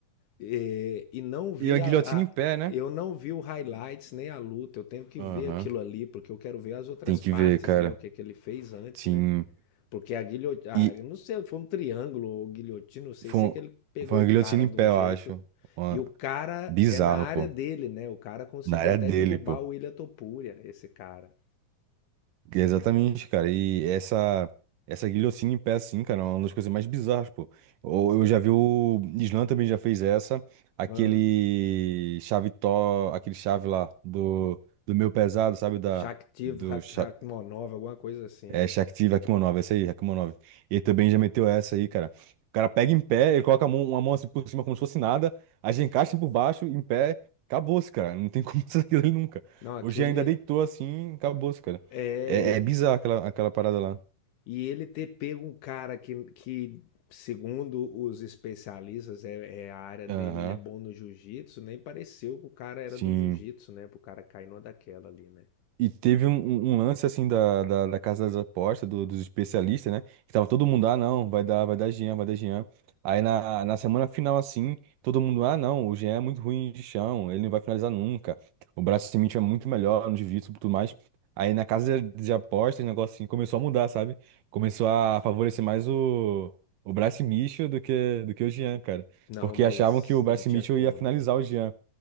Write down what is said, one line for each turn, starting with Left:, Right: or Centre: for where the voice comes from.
Left: É, e não vi
Right: E a guilhotina
Left: a,
Right: em
Left: a-
Right: pé, né?
Left: eu não vi o highlights nem a luta. Eu tenho que
Right: Aham.
Left: ver aquilo ali porque eu quero ver as outras
Right: Tem que
Left: partes,
Right: ver, cara.
Left: né? O que é que ele fez antes,
Right: Sim.
Left: né? Porque a guilhotina,
Right: E
Left: não sei, foi um triângulo ou guilhotina, não sei,
Right: foi,
Left: sei
Right: um-
Left: que ele pegou
Right: foi uma
Left: o
Right: guilhotina
Left: cara
Right: em
Left: de
Right: pé,
Left: um jeito
Right: eu acho. Uma-
Left: e o cara
Right: Bizarro,
Left: é na área
Right: pô.
Left: dele, né? O cara conseguiu
Right: Na área
Left: até
Right: dele,
Left: derrubar
Right: pô.
Left: o William Topuria, esse cara.
Right: E Exatamente, cara. E essa, essa guilhotina em pé, assim, cara, é uma das coisas mais bizarras, pô. Ou Eu já vi o Islam também já fez essa. Aquele
Left: Ah,
Right: chave tó, aquele chave lá do, do meu pesado, sabe? Da,
Left: Shaktiv
Right: do,
Left: Hak-
Right: cha-
Left: Hakmonov, alguma coisa assim,
Right: É,
Left: né?
Right: Shaktiv Rakhmonov, essa aí, Rakhmonov. Ele também já meteu essa aí, cara. O cara pega em pé, ele coloca a mão, uma mão assim por cima como se fosse nada, a gente encaixa por baixo, em pé, acabou-se, cara. Não tem como <laughs> sair dele nunca.
Left: Não, aquele
Right: Hoje ainda deitou assim, acabou-se, cara.
Left: é
Right: É, é bizarro aquela, aquela parada lá.
Left: E ele ter pego um cara que, que segundo os especialistas, é, é a área dele,
Right: Aham,
Left: ele é bom no jiu-jitsu, nem pareceu que o cara era
Right: sim.
Left: do jiu-jitsu, né? Pro cara cair numa daquela ali, né?
Right: E teve um, um- um lance assim da, da, da Casa das Apostas, do- dos especialistas, né? Que tava todo mundo, ah, não, vai dar, vai dar Jean, vai dar Jean. Aí na, na semana final, assim, todo mundo, ah, não, o Jean é muito ruim de chão, ele não vai finalizar nunca. O braço cimento é muito melhor no divisa e tudo mais. Aí na Casa de Apostas, o negócio assim começou a mudar, sabe? Começou a favorecer mais o, o Bryce Mitchell do que, do que o Jean, cara.
Left: Não,
Right: Porque
Left: mas
Right: achavam que o Bryce
Left: não tinha
Right: Mitchell
Left: como,
Right: ia finalizar
Left: não.
Right: o Jean.